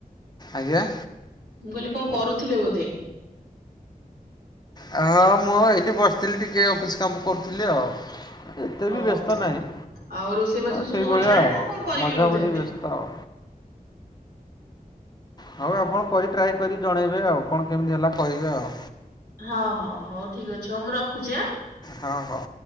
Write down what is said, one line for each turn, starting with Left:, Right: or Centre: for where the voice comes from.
Left: ଆଜ୍ଞା।
Right: ମୁଁ କହିଲି କଣ କରୁଥିଲେ ବୋଧେ।
Left: ହଁ ମୁଁ ଏଇଠି ବସିଥିଲି ଟିକେ ଅଫିସ କାମ କରୁଥିଲି ଆଉ। ଏତେ
Right: ଓହୋ
Left: ବି ବ୍ୟସ୍ତ ନାହିଁ।
Right: ଆଉ ରୋଷେଇବାସ
Left: ସେଇଭଳିଆ
Right: ସବୁ ସରିଲାଣି
Left: ଆଉ
Right: ନା କଣ କରିବେ
Left: ମଝାମଝି
Right: ବୋଧେ ଏବେ।
Left: ବ୍ୟସ୍ତ ଆଉ। ହଉ ଆପଣ କରି ଟ୍ରାଏ କରି ଜଣେଇବେ ଆଉ କଣ କେମିତି ହେଲା କହିବେ ଆଉ।
Right: ହଁ, ହଉ ହଉ ଠିକ୍ ଅଛି। ହଉ ମୁଁ ରଖୁଛି ଆ
Left: ହଁ ହଉ।